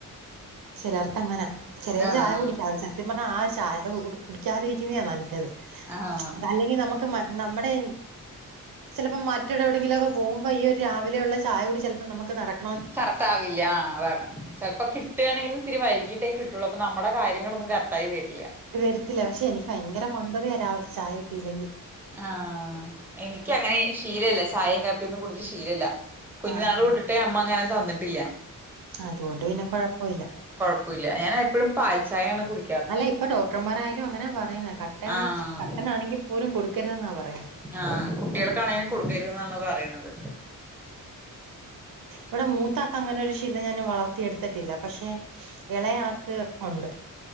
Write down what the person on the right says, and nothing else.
ചിലർക്ക് അങ്ങന. ചെലര്
ചായ കുടിക്കാതെ, സത്യം പറഞ്ഞാ ആ ചായ കുടിക്കാതിരിക്കുന്നയാ നല്ലത്
അല്ലങ്കി നമ്മക്ക് മ നമ്മടെ ചെലപ്പം മറ്റിട എവിടെങ്കിലൊക്കെ പോകുമ്പം ഈ ഒരു രാവിലെയുള്ള ചായ കുടി ചെൽപ്പം നമുക്ക് നടക്
വരത്തില്ല. പക്ഷെ എനിക്ക് ഭയങ്കര മന്തതയാ രാവിൽത്തെ ചായ കിട്ടിയില്ലെങ്കി
ആഹ്
ആഹ്
അതുകൊണ്ട് പിന്നെ കൊഴപ്പവില്ല
അല്ല ഇപ്പൊ ഡോക്ടർമാരായാലും അങ്ങനാ പറയുന്നെ. കട്ടൻ
കട്ടനാണെങ്കിൽ പോലും കൊടുക്കരുതെന്നാ പറയുന്നെ
വടെ മൂത്താക്ക് അങ്ങനെ ഒരു ശിലം ഞാൻ വളർത്തിയെട് ത്തിട്ടില്ല. പക്ഷെ എളയാക്ക് ഉണ്ട്